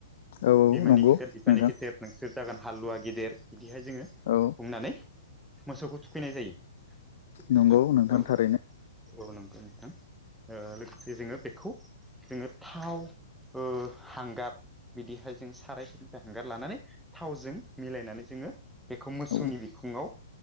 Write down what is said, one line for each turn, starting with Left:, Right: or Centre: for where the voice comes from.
Left: औ
Centre: बिमानि
Left: नंगौ नोंथां
Centre: खेथेर बिफानि खेथेर नोंसोर जागोन हालुवा गिदेर बिदिहाय जोङो बुंनानै
Left: औ
Centre: मोसौखौ थुखैनाय जायो
Left: नंगौ
Centre: नोंथां औ
Left: थारैनो
Centre: औ नंगौ नोंथां ओ लोगोसे जोङो बेखौ जोङो थाव ओ हांगार बिदिहाय जों सारायफोरनिफ्राय हांगार लानानै थावजों मिलायनानै जोङो बेखौ मोसौनि
Left: औ
Centre: बिखुङाव